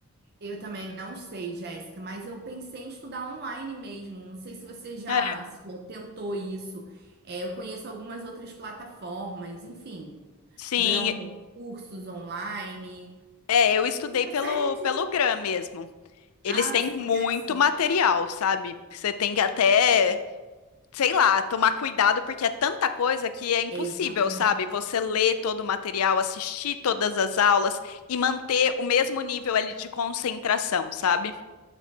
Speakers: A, on the right; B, on the left.
A: Eu também não sei, Jéssica, mas eu pensei em estudar online mesmo. Não sei se você já,
B: É.
A: se já tentou isso. É, eu conheço algumas outras plataformas, enfim,
B: Sim,
A: Grão com cursos online.
B: é, eu estudei
A: Uma
B: pelo
A: série de.
B: pelo GRAM mesmo. Eles
A: Ah,
B: têm
A: você
B: muito
A: conhece?
B: material, sabe? Você tem que até, sei lá, tomar cuidado porque é tanta coisa que é impossível,
A: É, exatamente.
B: sabe? Você ler todo o material, assistir todas as aulas e manter o mesmo nível ali de concentração, sabe?